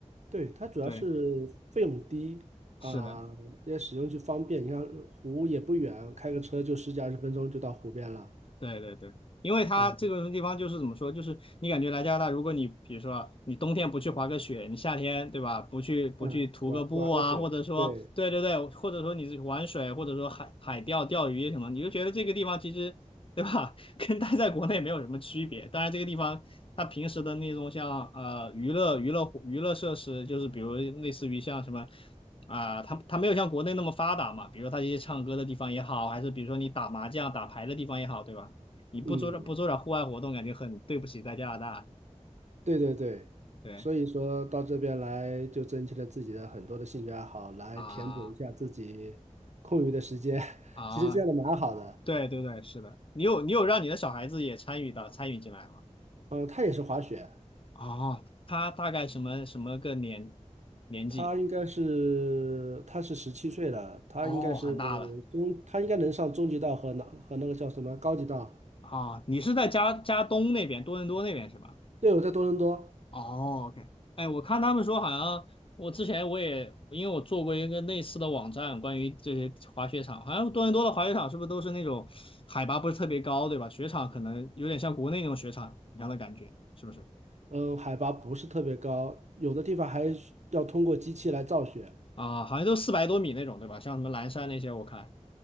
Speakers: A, on the right; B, on the left.
A: 对，它主要是费用低啊，
B: 对，是的。
A: 也使用就方便。你看湖也不远，开个车就十几二十分钟就到湖边了
B: 对对对，因为它这个地方就是怎么说，
A: 啊。
B: 就是你感觉来加拿大，如果你比如说啊你冬天不去滑个雪，你夏天对吧，不去不去徒个步啊，
A: 嗯，玩玩个水，
B: 或者说对对对，
A: 对，
B: 或者说你去玩水，或者说海海钓钓鱼什么，你就觉得这个地方其实对吧，<laughs> 跟待在国内没有什么区别。当然，这个地方它平时的那种像呃娱乐娱乐娱乐设施，就是比如类似于像什么。啊，它它没有像国内那么发达嘛，比如它一些唱歌的地方也好，还是比如说你打麻将、打牌的地方也好，对吧？你不做点不做点户外活动，
A: 嗯。
B: 感觉很对不起在加拿大。
A: 对对对，
B: 对
A: 所以说到这边来，就增添了自己的很多的兴趣爱好，来填补一下自己空余的时间。
B: 啊
A: <laughs>
B: 啊，
A: 其实这样的蛮好的。
B: 对对对，是的，你有你有让你的小孩子也参与到参与进来吗？
A: 嗯，他也是滑雪，
B: 哦，他大概什么什么个年年纪？
A: 他应该是他是十七岁了，他应该是
B: 哦，很大了
A: 中，他应该能上中级道和那和那个叫什么高级道。
B: 啊，你是在加加东那边，多伦多那边是吧？
A: 对，我在多伦多，
B: 哦，OK，哎，我看他们说好像，我之前我也因为我做过一个类似的网站，关于这些滑雪场，好像多伦多的滑雪场是不是都是那种海拔不是特别高，对吧？雪场可能有点像国内那种雪场一样的感觉，是不是？
A: 嗯，海拔不是特别高，有的地方还需要通过机器来造雪。
B: 啊，好像都四百多米那种，对吧？像什么蓝山那些，我看